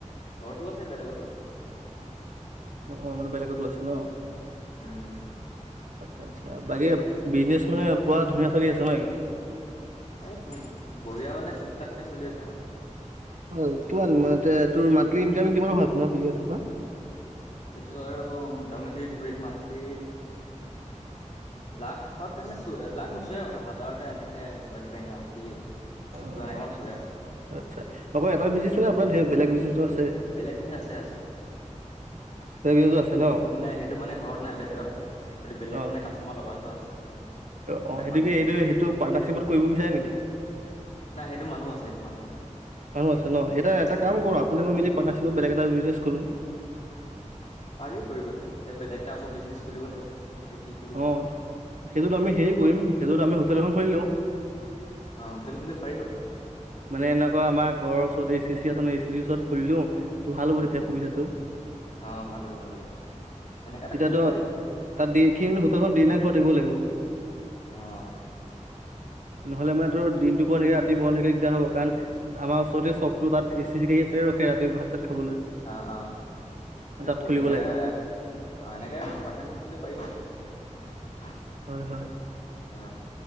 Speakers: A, on the left; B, on the right.
A: ঘৰতো আছে বেলেগতো আছে
B: অ', অ', মানে বেলেগতো আছে ন
A: উম উম
B: আচ্ছা আচ্ছা বাকী বিজনেচ মানে পুৰা ধুনীয়া চলি আছে ন', এইকেইদিন।
A: এই ত বঢ়িয়া মানে টক টাককে চলি আছে আৰু
B: অ', কিমান তোৰ মাটনি ইনকম কিমান হয় আপোনাৰ পৰা
A: সেইটো আৰু মোটামুটি ধৰি মাটি লাখত এনে চ লাখ নোচোৱে বাৰু হাজাৰতে এনেকে কিবা কিবি আশী
B: অ',
A: সত্তৰ এনেকা
B: আচ্ছা
A: মান চুৱে আৰু
B: আচ্ছা অক এটা বিজনেচ আছে নে আপোনাৰ ধেৰ বেলেগ বিজনেচো আছে।
A: বেলেগ বিজনেচ আছে আছে।
B: বেলেগ বিজনেছো আছে ন?
A: সেইটো মানে, সেইটো মানে ঘৰত নাই বেলেগত আছে সেইটো বেলেগ
B: অ।
A: মানে কাষ্টমাৰ লগাইটো আছে মানে
B: অ
A: বেলেগ
B: সেইটো
A: মানুহ
B: কি এইটো
A: আছে
B: সেইটো পাৰ্টনাৰশ্বিপত কৰিব বিচাৰে নেকি
A: নাই সেইটো মানুহ আছে সেই মানুহ আছে
B: মানুহ আছে ন', এটা
A: উম
B: কাম
A: উম
B: কৰো আপুনি মই মিলি পাৰ্টনাৰশ্বিপত বেলেগ এটা বিচনেজ কৰো।
A: পাৰি কৰিবলৈ এতিয়া বেলেগ এটা আকৌ বিজনেচ খুলিব লাগিব এতিয়া কি খোলো
B: অ',
A: মই
B: সেইটোতো আমি হেৰি কৰিম সেইটোতো আমি হোটেল এখন খুলি লওঁ।
A: অ', হোটেল খুলিব পাৰিব আৰু।
B: মানে এনেকুৱা আমাৰ ঘৰৰ ওচৰত এ চি চি আছে এ চি চিৰ ওচৰত খুলিও তোৰ ভাল হ'ব
A: উম
B: তেতিয়া সুবিধাটো
A: অ ভাল হ'ব ভাল হ'ব সেনেকা এটা
B: এতিয়াত
A: খুলিব পাৰি
B: তাত দি খিনি হোতেলখন দি নাই খুৱাই থাকিব লাগিব
A: অ'।
B: নহ'লে মানে তোৰ দিনটো খোলা থাকে ৰাতি বন্ধ থাকে হ'ব কাৰণ আমাৰ ওচৰতে চকটো তাত এ চি চিতে ৰখে ৰাতি ভাত চাত খাবলৈ
A: অহ, অহ। হেৰি
B: তাত
A: কৰি,
B: খুলিব
A: এনেকে
B: লাগিব
A: এনেকে পাৰ্থনা কৰি খুলিব পাৰিব বাৰু।
B: হয়, হয়।
A: অ।